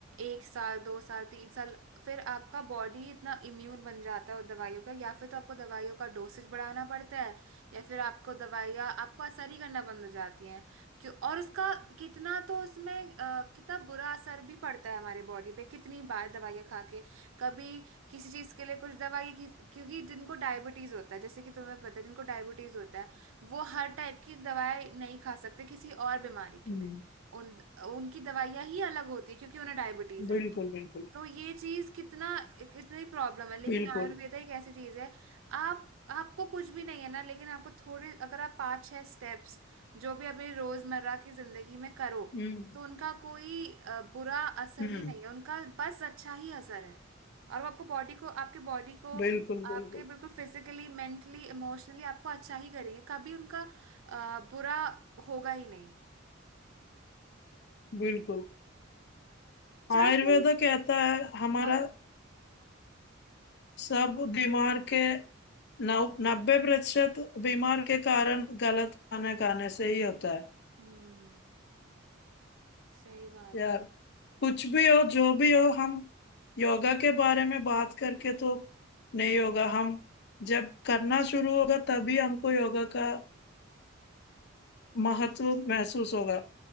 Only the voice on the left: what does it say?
हम्म
बिल्कुल
बिल्कुल
बिल्कुल
हम्म
हम्म
बिल्कुल
बिल्कुल
बिल्कुल
आयुर्वेद
कहता है हमारा
सब बीमार के नौ नब्बे प्रतिशत बीमार के कारण गलत खाना खाने से ही होता है
यार
कुछ भी हो जो भी हो हम योगा के बारे में बात करके तो नहीं होगा हम जब करना शुरू होगा तभी हमको योगा का महत्व महसूस होगा